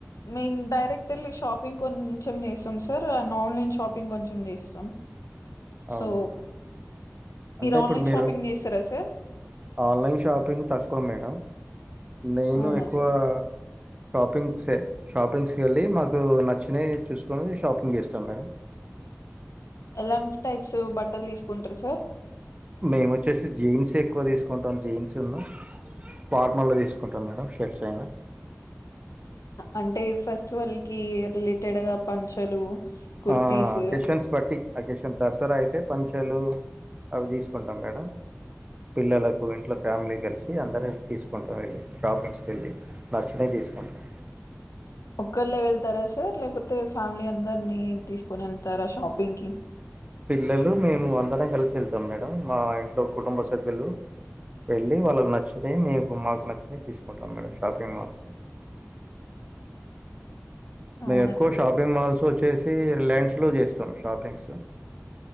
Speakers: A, on the left (about 85°); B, on the right (about 25°).
A: మేము డైరెక్ట్ వెళ్ళి షాపింగ్ కొంచెం చేస్తాం సార్ అండ్ ఆన్లైన్ షాపింగ్ కొంచెం చేస్తాం
B: అవును
A: సో
B: అంటే
A: ఆన్లైన్
B: ఇప్పుడు మీరు
A: షాపింగ్ చేస్తారా సార్
B: ఆన్లైన్ షాపింగ్ తక్కువ మేడం నేను
A: అవునా
B: ఎక్కువా
A: సార్
B: షాపింగ్స్ షాపింగ్స్కి వెళ్ళి మాకు నచ్చినవి చూసుకొని షాపింగ్ చేస్తాం మేడం
A: ఎలాంటి టైప్స్ బట్టలు తీసుకుంటారు సార్
B: మేము వచ్చేసి జీన్స్ ఎక్కువ తీసుకుంటాం జీన్స్లు ఫార్మల్ల్లో తీసుకుంటాం మేడం షర్ట్స్ అయినా
A: అంటే ఫెస్టివల్కి రిలేటెడ్గా పంచలు కుర్తీస్
B: ఆ కిషన్స్ పట్టి ఆ కిషన్ దసరా అయితే పంచలు అవి తీసుకుంటాం మేడం పిల్లలకు ఇంట్లో ఫ్యామిలీ కలిసి అందర తీసుకుంటాం వెళ్ళి షాపింగ్స్ కెళ్ళి నచ్చిన తీసుకుంటాం
A: ఒక్కళ్ళె వెళ్తరా సర్ లేకపోతే ఫ్యామిలీ అందరినీ తీసుకని వెళ్తరా షాపింగ్ కి
B: పిల్లలు మేము అందరం కలిసి వెళ్తాం మేడం మా ఇంట్లో కుటుంబ సభ్యులు వెళ్ళి వాల్లక్ నచ్ నచ్చితే మీకు మాకు నచ్చినవి తీసుకుంటాం మేడం షాపింగ్ మాల్స్లో మేమ్
A: అవునా
B: ఎక్కువ
A: సార్
B: షాపింగ్ మాల్స్ వచ్చేసి రిలయ్న్స్ లో చేస్తాం స్తాం షాపింగ్స్